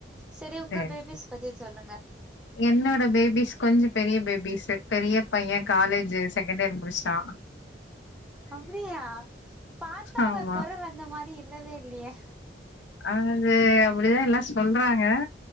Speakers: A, in the centre; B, on the left.
A: செரி உங்க
B: சேரி
A: பேபிஸ்
B: சேரி
A: பத்தி சொல்லுங்க
B: என்னோட பேபிஸ் கொஞ்சோ பெரிய பேபிஸ்ஸூ பெரிய பைய காலேஜ்ஜூ செகண்ட் இயர் முடிச்சிட்டா
A: அப்டியா பாத்தா
B: ஆமா
A: உங்க கொரல் அந்த மாரி இல்லவே இல்லையே
B: அது அப்டிதா எல்லா சொல்றாங்க